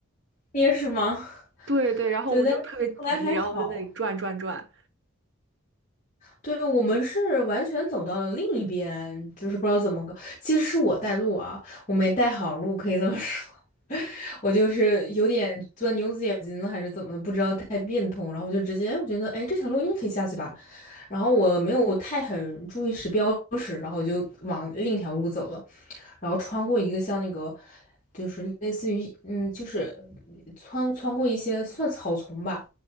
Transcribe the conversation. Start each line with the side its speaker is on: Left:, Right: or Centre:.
Left: 也是吗？
Right: 对对，
Left: <laughs>
Right: 然后我们就特别急，
Left: 对，但是后来还好。
Right: 然后我在那里转转转。
Left: 对，我们是完全走到了另一边，就是不知道怎么个，其实是我带路啊，我没带好路，可以这么说，<laughs> 我就是有点钻牛子眼睛了还是怎么的不知道太变通，然后我就直接我觉得，哎，这条路应该可以下去吧，然后我没有太很注意时标识，然后我就往另一条路走了，然后穿过一个像那个，就是类似于嗯，就是穿穿过一些算草丛吧，